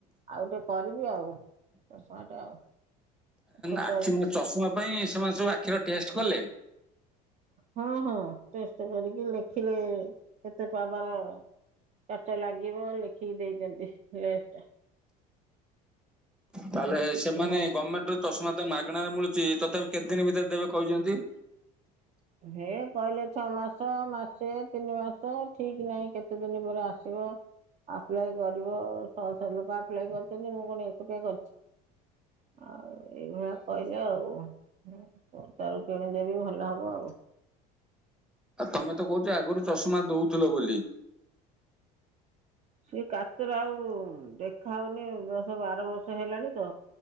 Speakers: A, on the right (about 35°); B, in the centre.
A: ଆଉ ଗୋଟେ କ <unintelligible> ଆଉ <unintelligible> ଆଉ। ଛୋଟ
B: ଆଖି ମୋ ଚଷମା ପାଇଁ ସେମାନେ ସବୁ ଆଖିର ଟେଷ୍ଟ କଲେ।
A: ହଁ ହଁ ଟେଷ୍ଟ କରିକି ଲେଖିଲେ କେତେ ପାୱାର? କାଚ ଲାଗିବ ଲେଖିକି ଦେଇଛନ୍ତି ଲେନ୍ସ୍ ଟା।
B: ତାହେଲେ ସେମାନେ
A: ହଁ
B: ଗମେଣ୍ଟ ରୁ ଚଷମା ମାଗଣାରେ ମିଳୁଚି ତଥାପି କେତେ ଦିନ ଭିତରେ ଦେବେ କହୁଛନ୍ତି?
A: ହେ କହିଲେ ଛଅ ମାସ ମାସେ ତିନି ମାସ ଠିକ ନାହିଁ କେ କେତେ ଦିନ ପରେ ଆସିବ ଆପ୍ଲାଏ କରିବ। ଶହ ଶହ ଲୋକ ଆପ୍ଲାଏ କରିଛନ୍ତି ମୁଁ କଣ ଏକୁଟିଆ କରିଛି। ଆଉ ଏଇଭଳିଆ କହିଲେ ଆଉ। ପଦାରୁ କିଣିଦେବି ଭଲ ହବ ଆଉ।
B: ଆଉ ତମେ ତ କହୁଛ ଆଗରୁ ଚଷମା ଦଉଥିଲ ବୋଲି।
A: ସେ କାତରେ ଆଉ ଦେଖା ହଉନି ଦଶ ବାର ବର୍ଷ ହେଲାଣି ତ